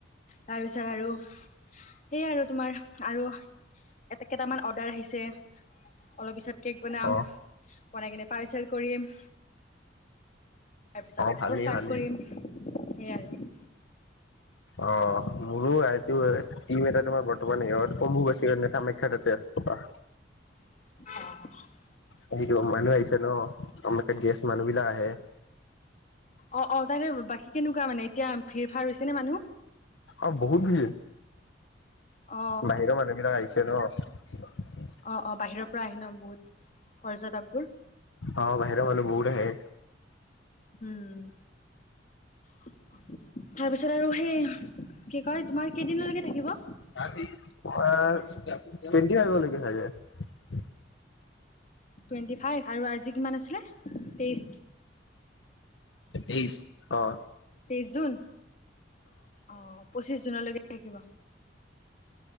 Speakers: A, on the left; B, on the left.
A: তাৰপিছত আৰু সেই আৰু তোমাৰ, আৰু এটা কেইটামান অৰ্ডাৰ আহিছে। অলপ পিছত কেক বনাম।
B: অ
A: বনাই কেনে পাৰ্চেল কৰিম। তাৰপিছত
B: অ
A: আকৌ
B: ভালেই
A: ষ্টাৰ্ট
B: ভালেই
A: কৰিম। সেয়াই আৰু
B: অ' মোৰো আইটোৰ টিম এটা তোমাৰ বৰ্তমান, ইহঁত অমুক আছে। -কামাখ্যা তাতে আছে ৰ'বা।
A: অ'হ
B: সেইটো মানুহ আহিছে ন? আমাতে গেষ্ট মানুহ বিলাক আহে।
A: অ' অ'। তাতে বাকী কেনেকুৱা মানে এতিয়া ভিৰ -ভাৰ হৈছে নে মানুহ?
B: অ বহুত ভিৰ।
A: অ
B: বাহিৰৰ মানুহবিলাক আহিছে ন।
A: অ'হ অ'হ বাহিৰৰ পৰা আহি ন বহুত। পৰ্যটকবোৰ,
B: অ বাহিৰৰ মানুহ বহুত আহে।
A: উম। তাৰপিছত আৰু সেই কি কয়, তোমাৰ কেইদিনলৈকে থাকিব?
B: অহ তোমাৰ টুৱেন্টি ফাইভলৈকে থাকে।
A: টুৱেণ্টি ফাইভ, আৰু আজি কিমান আছিলে তেইছ
B: তেইছ অ'হ।
A: তেইশ জুন। অহ। পঁচিশ জুনলৈকে থাকিব।